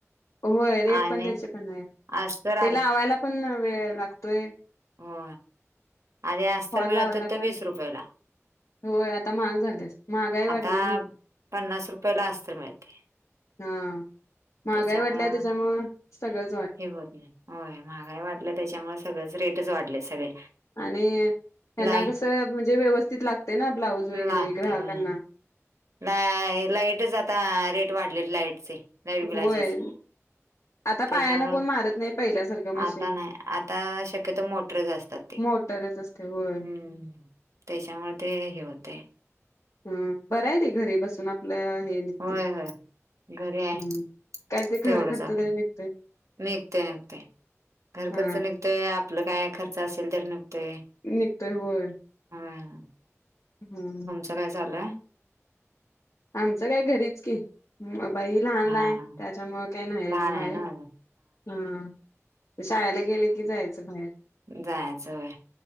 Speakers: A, on the left; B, on the right.
A: होय रेट
B: आणि
A: पण त्याचे पण आहे
B: अस्तर
A: त्याला आवायला पण वेळ लागतोय
B: हो आधी अस्तर
A: फॉल
B: मिळत
A: लावायला
B: हो तर
A: पण
B: वीस रुपयेला
A: होय आता महाग झालेस महागाई वाढल्या
B: आता
A: ना
B: पन्नास रुपयला अस्त्र मिळते
A: हा महागाय
B: त्याच्यामुळं
A: वाटल्या त्याच्यामु सगळं
B: हे होत नाही होय महागाई वाढलं त्याच्यामुळे सगळंच रेटच वाढले सगळे
A: आणि त्यांना
B: लाय
A: कस म्हणजे व्यवस्थित लागते ना ब्लाऊज वगैरे
B: लागते
A: ग्राहकांना
B: होय ला लाईटच आता रेट वाढलेली लाईटचे लाईट बिलाचेच.
A: होय आता
B: त्याच्यामुं
A: पायानं कोण मारत नाही पहिल्यासारखं मशीन.
B: आता नाही आता शक्यतो मोटरज असतात. ते
A: मोटरच असते होय.
B: हम्म त्याच्यामुळे ते हे होते.
A: हम बरं आहे र घरी बसून आपलं हे निघते
B: होय होय घरी आहे
A: हम्म काय ते घर
B: तेवढंच
A: खर्च
B: आपलं
A: तरी निघतोय.
B: निघते निघते घर
A: हा
B: खर्च निघतोय आपलं काय खर्च असेल तर निघतोय.
A: निघत होय.
B: हा.
A: हम्म.
B: काय चाललंय.
A: आमचं काय घरीच की बाई लहान
B: हा
A: लहान
B: हा
A: त्याच्या मु काय नाही
B: लहान
A: अजून
B: आहे
A: बाहेर
B: ना माझं
A: हा शाळेला गेले की जायचं बाहेर.
B: जायचंय